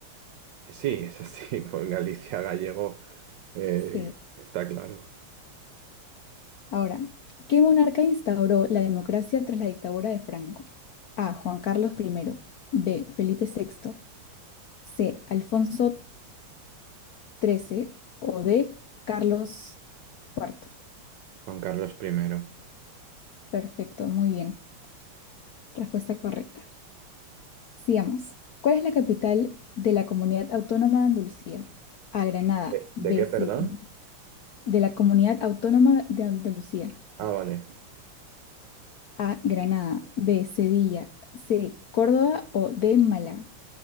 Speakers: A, on the right; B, on the left.
A: Sí, es así, <laughs> pues Galicia gallego. Eh,
B: Sí.
A: está claro.
B: Ahora, ¿qué monarca instauró la democracia tras la dictadura de Franco? A. Juan Carlos I, B. Felipe VI, C. Alfonso XIII o D. Carlos IV.
A: Juan Carlos primero
B: Perfecto, muy bien. Respuesta correcta. Sigamos. ¿Cuál es la capital de la Comunidad Autónoma de Andalucía? A. Granada,
A: ¿De,
B: B.
A: de qué,
B: Sevilla.
A: perdón?
B: De la Comunidad Autónoma de Andalucía.
A: Ah, vale.
B: A. Granada, B. Sevilla, C. Córdoba o D. Málaga.